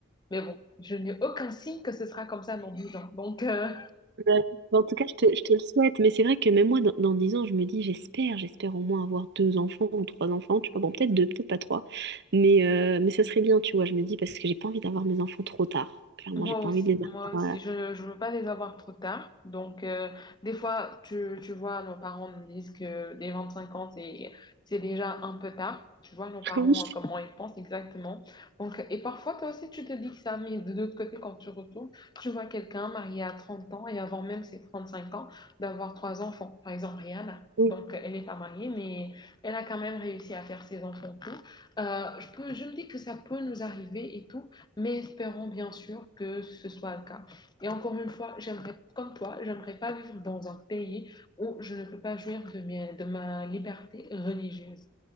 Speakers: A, on the left; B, on the right.
A: Mais bon, je n'ai aucun signe que ce sera comme ça dans 10 ans. Donc, euh,
B: Ouais. En tout cas, je te, je te le souhaite. Mais c'est vrai que même moi, dans, dans 10 ans, je me dis, j'espère, j'espère au moins avoir deux enfants ou trois enfants, tu vois. Bon, peut-être deux, peut-être pas trois. Mais, euh, mais ça serait bien, tu vois, je me dis, parce que j'ai pas envie d'avoir mes enfants trop tard. Clairement,
A: Moi
B: j'ai pas
A: aussi,
B: envie de les
A: moi
B: avoir.
A: aussi.
B: euh,
A: Je ne veux pas les avoir trop tard. Donc, euh, des fois, tu, tu vois, nos parents nous disent que dès 25 ans, c'est, c'est déjà un peu tard. Tu vois, nos parents,
B: <laughs>
A: euh, comment ils pensent exactement. Donc, et parfois, toi aussi, tu te dis que ça, mais de l'autre côté, quand tu retournes, tu vois quelqu'un marié à 30 ans et avant même ses 35 ans, d'avoir trois enfants. Par exemple, Rihanna.
B: Oui,
A: Donc, elle n'est pas mariée, mais elle a quand même réussi à faire ses enfants tout. Euh, je peux, je me dis que ça peut nous arriver et tout. Mais espérons bien sûr que ce soit le cas. Et encore une fois, j'aimerais, comme toi, j'aimerais pas vivre dans un pays où je ne peux pas jouir de, mes- de ma liberté religieuse.